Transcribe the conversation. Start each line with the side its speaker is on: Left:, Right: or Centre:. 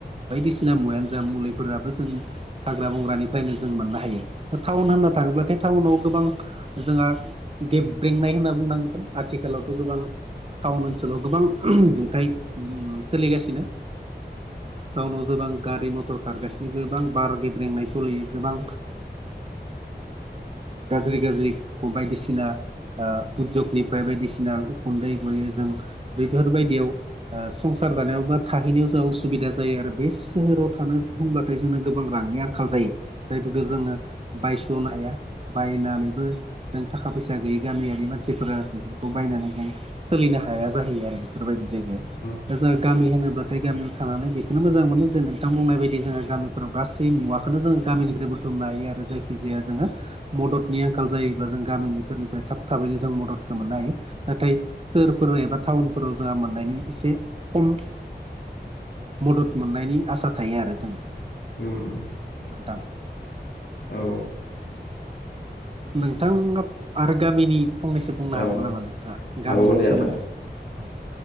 Right: बायदिसिना मुयानो जा मुलि फोराबो जों हाग्रा बंग्रानिफ्रायनो जों मोननो हायो टाउन होननो थाङोब्लाथाय टाउनाव गोबां जोंहा गेब्रेंनाय होनना बुंनांगोन आथिखालावथ' गोबां टाउन ओनसोलाव गोबां बुंथाय सोलिगासिनो टाउनाव गोबां गारि मथर खारगासिनो गोबां बार गेब्रेंनाय सलियो गोबां गाज्रि गाज्रि बायदिसिना उदजगनिफ्राय बायदिसिना गुन्दै गयोजों बेफोरबायदियाव संसार जानायाव बा थाहैनायाव जों असुबिदा ज जायो आरो बे सोहोराव थानो होनबाथाय जोंनो गोबां रांनि आंखाल जायो जायफोरखौ जोङो बायस'नो हाया बायनानैबो जों थाखा फैसा गैयि गामियारि मानसिफोरा बेफोरखौ बायनानै जों सोलिनो हाया जाहैयो आरो बेफोरबायदि जायगायाव
Left: उ
Right: जों गामि होनोब्लाथाय गामियाव थानानै बेखौनो मोजां मोनो जे नोंथां बुंनाय बायदि गामिफोराव गासै मुवाखौनो जोङो गामिनिफ्राय बुथुमनो हायो आरो जायखिजाया जोङो मददनि आंखाल जायोब्ला जों गामिनिफोरनिफ्राय थाब थाबैनो जों मददखौ मोननो हायो नाथाय सोहोरफोर एबा टाउनफोराव जोंहा मोननायनि एसे खम मदद मोननायनि आसा थायो आरो जोङो
Left: उ
Right: नोंथां
Left: औ
Right: नोंथां आरो गामिनि फंनैसो बुंनो
Left: औ
Right: हाबावगोन नामा नोंथाङा
Left: हाबावगोन
Right: गामिनि
Left: दे नोंथां
Right: सोमोन्दै औ